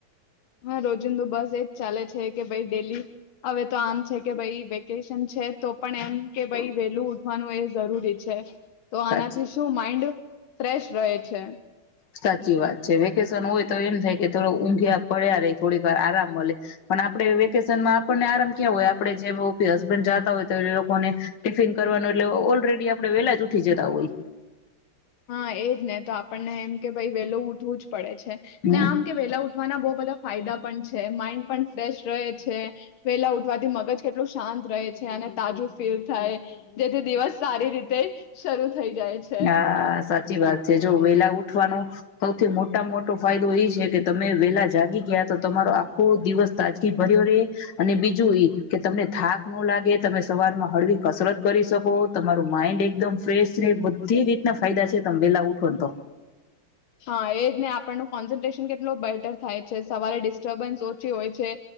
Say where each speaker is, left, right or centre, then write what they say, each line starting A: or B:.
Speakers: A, on the left; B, on the left.
A: હા રોજિંદુ બસ એજ ચાલે છે કે ભાઈ ડેલી હવે તો આમ છે કે ભાઈ વેકેશન છે તો પણ એમ કે ભઈ વેલું ઉઠવાનું એ જરૂરી છે. તો આનાથી
B: સાચી
A: શું માઇન્ડ ફ્રેશ રહે છે.
B: સાચી વાત છે વેકેશન હોય તો એમ થાય કે થોડ ઊંઘયા પડ્યા રહી થોડી વાર આરામ મળે પણ આપણે વેકેશનમાં આપણને આરામ ક્યાં હોય આપે જે હસબન્ડ જાતા હોય તો એ લોકોને ટિફિન કરવાનું એટલે ઓલરેડી આપણે વેલા જ ઉઠી જતા હોય.
A: હા એજ ને તો આપણને એમ કે ભાઈ વેલો ઉઠવું જ પડે છે
B: હોય
A: ને આમ કે વેલા ઉ ઉઠવાના બહું બધા ફાયદા પણ છે, માઇન્ડ પણ ફ્રેશ રહે છે વેલા ઉઠવાથી મગજ કેટલું શાંત રહે છે અને તાજું ફીલ થાય જેથી દિવસ સારી રીતે શરૂ થ થઈ જાય છે.
B: હા સાચી વાત છે જો વેલા ઉઠવાનો સૌથી મોટામાં મોટો ફાયદો એ છે કે તમે વેલા જાગી ગયા તો તમારો આખો દિવસ તાજ ભર્યો રે અને બીજું એ કે તમને થાક ન લાગે. તમે સવાર માં હળવી કસરત કરી શકો તમારા માઇન્ડ એકદમ ફેશ રે બ તે રીતના ફાયદા છે તમે વેલા ઉ બધો
A: હા એ જ ને આપણનું કોન્સન્ટ્રેશન કેટલો બેહતર થાય છે સવારે ડિસ્ટર્બન્સ ઓછી હોય છે